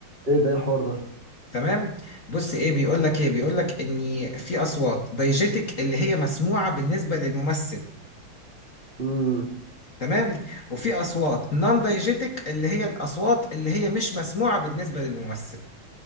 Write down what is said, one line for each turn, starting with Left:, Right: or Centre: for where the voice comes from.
Right: ايه ده ايه الحوار ده
Left: تمام بص ايه بيقول لك ايه بيقول لك ان في اصوات دايجيتك اللي هي مسموعه بالنسبه للممثل
Right: امم
Left: تمام وفي اصوات نون دايجيتك اللي هي الاصوات اللي هي مش مسموعه بالنسبه للممثل